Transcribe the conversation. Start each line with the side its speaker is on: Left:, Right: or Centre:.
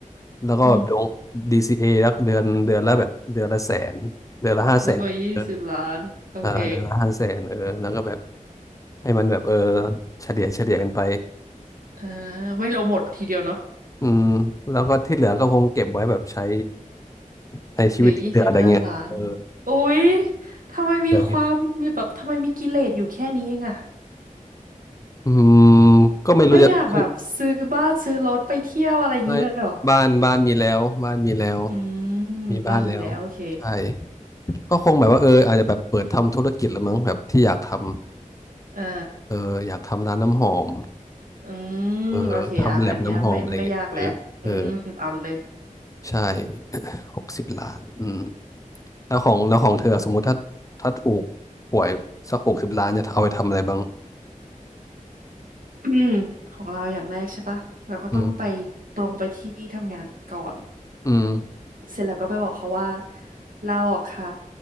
Left: แล้วก็ลงดีซีเอรักเดือนเดือนละแบบเดือนละแสนเดือนละห้าแสนเออ
Right: อืมซื้อมายี่สิบล้านโอเค
Left: เออเดือนละห้าแสนเออแล้วก็แบบให้มันแบบเออเฉลี่ยเฉลี่ยกันไป
Right: อ่าไม่ลงหมดทีเดียวเนาะ
Left: อืมแล้วก็ที่เหลือก็คงเก็บไว้แบบใช้ใช้ชีวิตที่เหลืออะไรเงี้ยเออ
Right: เหลือยี่สิบห้าล้านอุ๊ยทำไมมีความมีแบบทำไมมีกิเลสอยู่แค่นี้เองอะ
Left: เหลือนิดอืมก็ไม่รู้จะคือ
Right: ไม่อยากแบบซื้อบ้านซื้อรถไปเที่ยวอะไรอย่างนี้เลยเหรอ
Left: ไม่บ้านบ้านมีแล้วบ้านมีแล้ว
Right: อืม
Left: มีบ้านแล้ว
Right: บ้านมีแล้วโอเค
Left: ใช่ ก็คงแบบว่าเอออาจจะแบบเปิดทำธุรกิจละมั้งแบบที่อยากทำ
Right: อ่า
Left: เอออยากทำร้านน้ำหอม
Right: อืมโอเคอ่ะอันเนี้ยไม่ไม่ยากแล้วอืมเอาเลย
Left: เออทำแลบน้ำหอมอะไรเงี้ยเออเออใช่ <coughs> หกสิบล้านอืมแล้วของแล้วของเธอสมมุติถ้าถ้าถูกหวยสักหกสิบล้านจะเอาไปทำอะไรบ้าง
Right: อืมของเราอย่างแรกใช่ปะเราก็ต้องไป
Left: อืม
Right: ตรงไปที่ทำงานก่อน
Left: อืม
Right: เสร็จแล้วก็ไปบอกเขาว่าลาออกค่ะ